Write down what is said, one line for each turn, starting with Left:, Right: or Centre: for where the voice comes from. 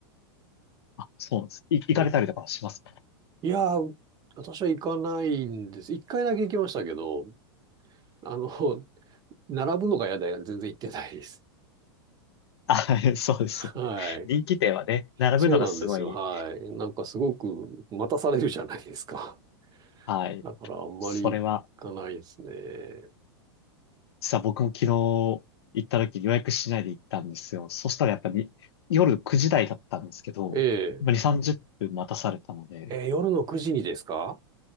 Left: あ、そうなんです。い、行かれたりとかはしますか
Right: ええいやー、私は行かないんです。一回だけ行きましたけど、あの、<laughs> 並ぶのが嫌で全然行ってないです。
Left: あ、<laughs> そうですよね。
Right: <laughs> はい。
Left: 人気店はね、並ぶのがすごい、
Right: そうなんですよ。はい。なんかすごく待たされるじゃないですか。<laughs>
Left: はい。
Right: だからあんまり行かないですね。
Left: それは実は僕も昨日行った時予約しないで行ったんですよ。そしたらやっぱり夜9時台だったんですけど、
Right: ええ。
Left: まあ、2、30分待たされたので、
Right: えー夜の9時にですか